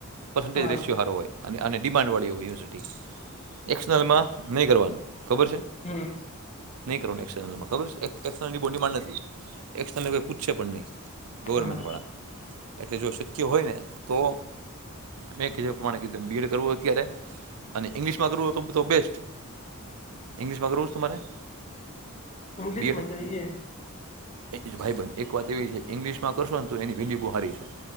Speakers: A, on the right (about 75°); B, on the left (about 30°).
A: પર્સન્ટેજ
B: હા
A: રેશિયો સારો હોય. અને આ અને ડિમાન્ડવાળી હોય, યુનિવર્સિટી એક્સનલમાં નહીં કરવાનું. ખબર છે.
B: હમ
A: નહીં કરવાનું, એક્સર્નલમાં ખબર છે, એક્સર્નલની બોન્ડીમાં નથી, એક્સર્નલઈ પૂછશે પણ નહીં. ગવર્મેન્ટવાળા
B: હા
A: એટલે જો શક્ય હોય ને તો. મેં કહેધો, એ પ્રમાણે કીધું બીએડ કરવું હો અત્યારે, અને ઇંગ્લિશમાં કરવું હોય તો, બધા તો બેસ્ટ. ઈગ્લશમાં કરું, તમારે.
B: ઇંગ્લિશ
A: બીએડ
B: માં જોઈએ.
A: જો ભાઈ-બેન એક વાત એવી છે, ઇંગ્લિશમાં કરશો ને, તો એની વહેલી બુહારી છે.